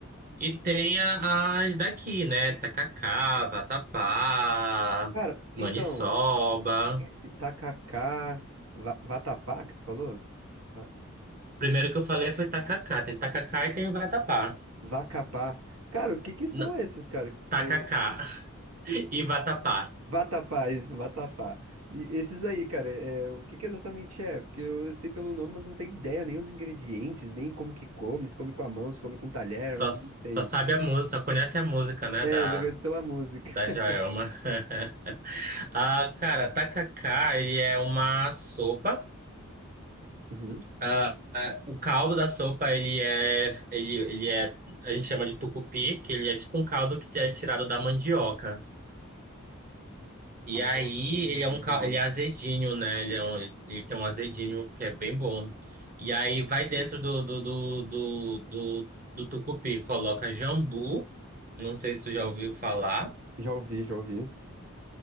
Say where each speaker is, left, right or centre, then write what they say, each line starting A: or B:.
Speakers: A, on the right; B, on the right.
A: E tem a- as daqui, né? Tacacá, vatapá,
B: Cara,
A: maniçoba.
B: então. Esse tacacá, va- vatapá que tu falou? Va-
A: Primeiro que eu falei foi tacacá. Tem tacacá e tem vatapá.
B: Vacapá. Cara, o que que são
A: Não,
B: esses, cara?
A: tacacá
B: Eu...
A: <laughs> e vatapá.
B: Vatapá, isso, vatapá. E esses aí, cara, é... o que que exatamente é? Porque eu, eu sei pelo nome, mas não tenho ideia nem os ingredientes, nem como que come, se come com a mão, se come com um talher,
A: Só,
B: eu não sei.
A: só sabe a música, só conhece a música, né?
B: É,
A: Da,
B: só conheço pela música. <laughs>
A: da Joelma. <laughs> Ah, cara, tacacá, ele é uma sopa.
B: Uhum.
A: Ah, ah, o caldo da sopa, ele é, ele, ele é, a gente chama de tucupi, que ele é tipo um caldo que é tirado da mandioca. E
B: Ah,
A: aí, ele é um
B: legal.
A: caldo, ele é azedinho, né? Ele, é um- ele tem um azedinho que é bem bom. E aí, vai dentro do, do, do, do, do, do tucupi, coloca jambu, não sei se tu já ouviu falar.
B: Já ouvi, já ouvi.